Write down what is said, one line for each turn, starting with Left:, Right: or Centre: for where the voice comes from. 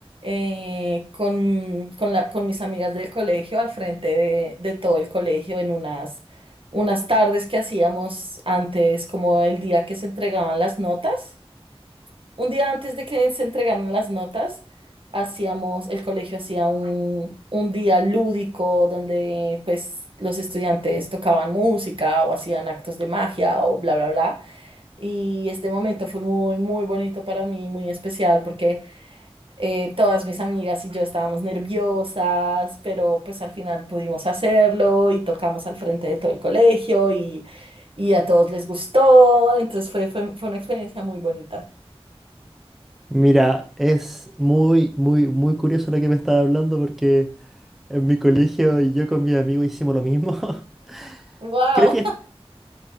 Right: eh, con, con, la- con mis amigas del colegio, al frente de, de todo el colegio, en unas, unas tardes que hacíamos antes, como el día que se entregaban las notas. Un día antes de que se entregaran las notas, hacíamos, el colegio hacía un, un día lúdico donde pues los estudiantes tocaban música o hacían actos de magia o bla, bla, bla. Y este momento fue muy, muy bonito para mí, muy especial porque eh, todas mis amigas y yo estábamos nerviosas, pero pues al final pudimos hacerlo y tocamos al frente de todo el colegio y, y a todos les gustó. Entonces fue, fue, fue una experiencia muy bonita.
Centre: Mira, es muy, muy, muy curioso lo que me estás hablando porque en mi colegio y yo con mi amigo hicimos lo mismo. <laughs>
Right: ¡Wow!
Centre: Creo que